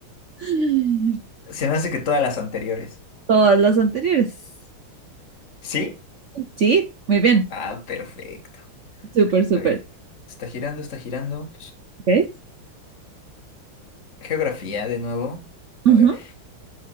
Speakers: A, on the right (about 80°); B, on the left (about 40°).
A: <laughs>
B: Se me hace que todas las anteriores.
A: Todas las anteriores.
B: ¿Sí?
A: Sí, muy bien.
B: Ah, perfecto.
A: Súper, súper.
B: A ver, está girando, está girando.
A: ¿Ok?
B: Geografía de nuevo. A
A: Ujú.
B: ver.